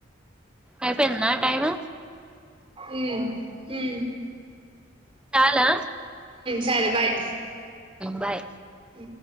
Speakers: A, in the centre; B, on the right.
A: అయిపోయిందా టైమ్
B: ఉ ఉ
A: చాలా
B: సరే బాయ్
A: బాయ్
B: ఉ